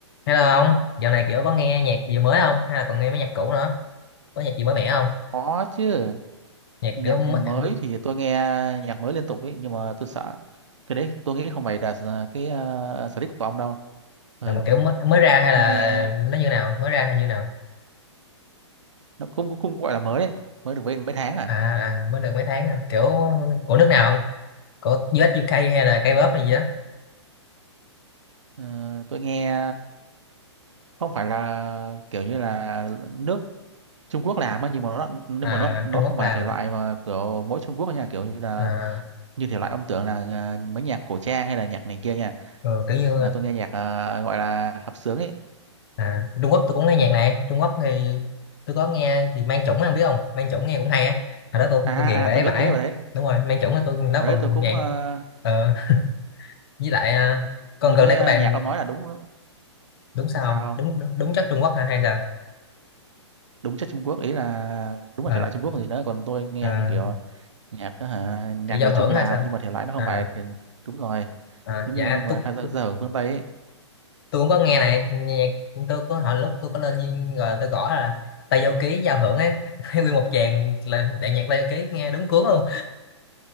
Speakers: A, on the left; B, on the right.
A: Hello ông, dạo này kiểu có nghe nhạc gì mới không? Hay là còn nghe mấy nhạc cũ nữa? Có nhạc gì mới mẻ không?
B: Có chứ,
A: Nhạc
B: nhạc
A: kiểu mới,
B: mới
A: à,
B: thì tôi nghe nhạc mới liên tục ấy, nhưng mà tôi sợ cái đấy tôi nghĩ không phải là s- cái ờ, sở thích của ông đâu. Ừ,
A: mà kiểu mới, mới ra hay
B: tôi
A: là
B: nghe
A: nó như nào? Mới ra hay như nào?
B: nó cũng cũng gọi là mới đấy, mới được mấy mấy tháng à.
A: À, à mới được mấy tháng à. Kiểu của nước nào không? Của US UK hay là K-pop này gì á?
B: Ờ, tôi nghe không phải là kiểu như là nước Trung Quốc làm á, nhưng mà nó nhưng
A: À,
B: mà nó nó
A: Trung
B: không
A: Quốc
B: phải
A: làm.
B: là thể loại mà kiểu mỗi Trung Quốc nha, kiểu như là
A: À,
B: như thể loại ông tưởng là ờ, mấy nhạc cổ trang hay là nhạc này kia nha,
A: ừ, kiểu như
B: mà tôi nghe nhạc ờ, gọi là hợp xướng ấy.
A: à, Trung Quốc tôi cũng nghe nhạc này. Trung Quốc thì tôi có nghe thì Mang Chủng không biết không? Mang Chủng nghe cũng hay á. Hồi đó tôi
B: À
A: tôi ghiền
B: à
A: về
B: à, tôi
A: ấy
B: biết
A: vãi.
B: tôi biết rồi đấy.
A: Đúng rồi, Mang Chủng là tôi nó
B: Hồi
A: còn
B: đấy tôi cũng
A: nhạc.
B: ờ,
A: Ờ, với lại à, còn
B: nhưng mà
A: gần
B: cái
A: đây có
B: ờ,
A: bài
B: nhạc
A: một
B: ông nói là đúng
A: đúng sao
B: sao
A: đúng
B: không
A: đúng, đúng chất Trung Quốc hả hay sao
B: đúng chất Trung Quốc ý là đúng là
A: à,
B: thể loại Trung Quốc gì đó còn tôi nghe
A: à,
B: như kiểu nhạc đó hả nhạc
A: kiểu giao
B: người
A: hưởng
B: Trung
A: hay
B: làm
A: sao
B: nhưng mà thể loại nó không
A: à,
B: phải thì đúng rồi
A: à,
B: giống
A: dạ
B: như nhưng mà
A: tôi
B: thay ra
A: tôi
B: ra ở phương Tây ấy
A: tôi cũng có nghe này nhạc tôi có hồi lúc tôi có lên Duyên rồi tôi gõ là Tây Du Ký giao hưởng ấy <laughs> thấy nguyên một tràng là đại nhạc Tây Du Ký nghe đúng cuốn luôn